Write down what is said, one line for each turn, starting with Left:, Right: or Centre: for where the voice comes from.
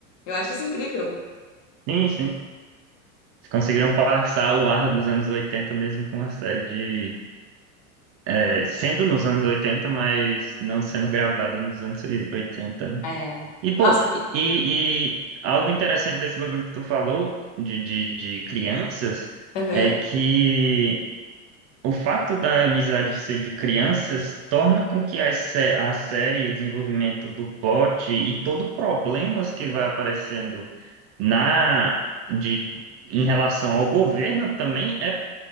Left: Eu acho isso incrível.
Right: Sim, sim. Eles conseguiram passar o ar dos anos 80 mesmo com uma série de. é, sendo nos anos 80, mas não sendo gravada nos anos 80, né?
Left: É.
Right: E,
Left: Nossa,
Right: pô, e, e algo interessante desse bagulho que tu falou de, de, de crianças
Left: Aham.
Right: é que. O fato da amizade ser de crianças torna com que as sé- a série, o desenvolvimento do plot e todo o problemas que vai aparecendo na de em relação ao governo também é